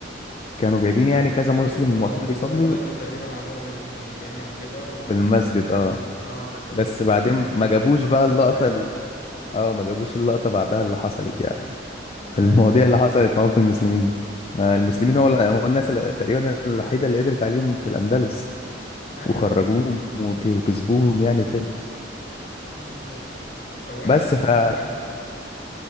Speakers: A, on the left; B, on the left.
A: كانوا جايبين يعني كذا
B: انا
A: مسلم
B: شفت اللقطه
A: واقفين بيصلي
B: دي اللي هم دخلوا تقريبا عليهم ال- في الجامع كده وبعد
A: في المسجد
B: كده تقريبا
A: اه
B: اه قالوا
A: بس
B: له
A: بعدين ما جابوش
B: احترموا
A: بقى
B: الموضوع
A: اللقطه
B: يعني
A: ال... اه ما جابوش اللقطه بعدها اللي حصلت يعني
B: ايوه
A: المواضيع اللي حصلت معاهم في المسلمين ما المسلمين
B: أمم.
A: هو, اللي- هو الناس اللي تقريبا الوحيده اللي قدرت عليهم في الاندلس
B: ايوه
A: وخرجوهم
B: ايوه
A: وك- وكسبوهم يعني وكده
B: بالظبط طب أقول
A: بس
B: لك على
A: فقلت
B: مسلسل كويس